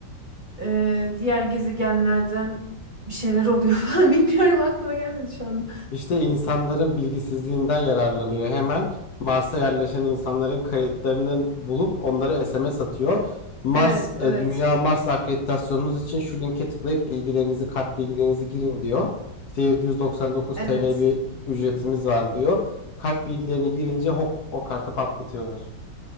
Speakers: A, on the right; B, on the left.
A: e, diğer gezegenlerden bir şeyler oluyor <laughs> falan bilmiyorum aklıma gelmedi şu anda.
B: İşte insanların bilgisizliğinden yararlanıyor. Hemen Mars'a yerleşen insanların kayıtlarını bulup onları SMS atıyor. Mars,
A: Evet, evet,
B: e, Dünya Mars akreditasyonunuz için şu linke tıklayıp bilgilerinizi, kart bilgilerinizi girin diyor. İşte 799
A: evet.
B: TL bir ücretimiz var diyor. Kart bilgilerini girince hop o kartı patlatıyorlar.